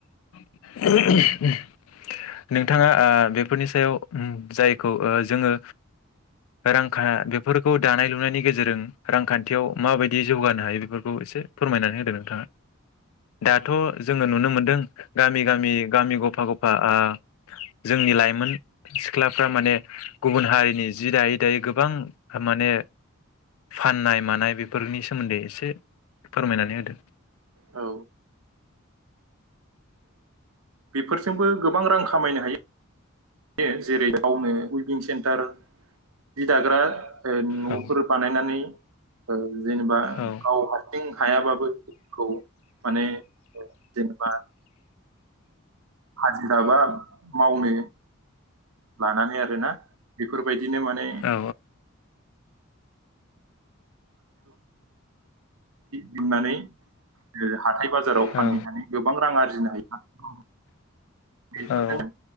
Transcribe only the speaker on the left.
<unintelligible> नोंथाङा ओ बेफोरनि सायाव ओम जायखौ ओ जोङो रांखा बेफोरखौ दानाय लुनायनि गेजेरजों रांखान्थियाव माबायदि जौगानो हायो बेफोरखौ एसे फोरमायनानै होदो नोंथाङा दाथ' जोङो नुनो मोनदों गामि गामि गामि गफा ग बा ओ जोंनि लाइमोन सिख्लाफ्रा माने गुबुन हारिनि जि दायै दायै गोबां माने फाननाय मानाय बेफोर फोरनि सोमोन्दै एसे फोरमायनानै होदो
औ
औ
औ
औ
औ